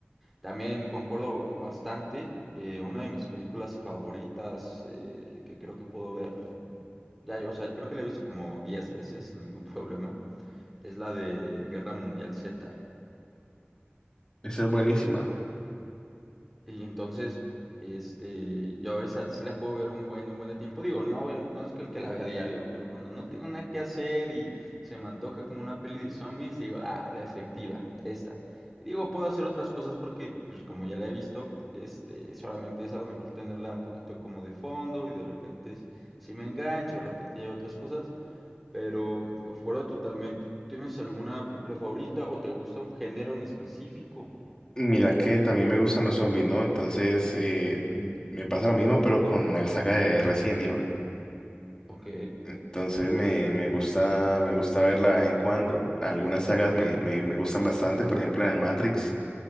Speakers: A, in the centre; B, on the left.
A: también concuerdo bastante. eh, una de mis películas favoritas eh, que creo que puedo ver, ya, yo, o sea, creo que la he visto como 10 veces sin ningún <laughs> problema, es la de Guerra Mundial Z.
B: Esa es buenísima.
A: Y entonces, este, yo esa sí la puedo ver un buen, un buen de tiempo. Digo, no, veo- no es que, que la vea a diario, pero cuando no tengo nada que hacer y se me antoja como una peli de zombies, digo, ah, la efectiva, esta. Y digo, puedo hacer otras cosas porque, pues, como ya la he visto, este, solamente es a lo mejor tenerla un poquito como de fondo y de repente si me engancho, de repente llevo otras cosas, pero concuerdo totalmente. ¿Tienes alguna película favorita o te gusta un género en específico?
B: Mira que también me gustan los zombies, ¿no? Entonces eh, me pasa lo mismo, pero con la saga de Resident Evil.
A: Ok,
B: Entonces me, me gusta, me gusta verla de vez en cuando. Algunas sagas me, me, me gustan bastante, por ejemplo en el Matrix.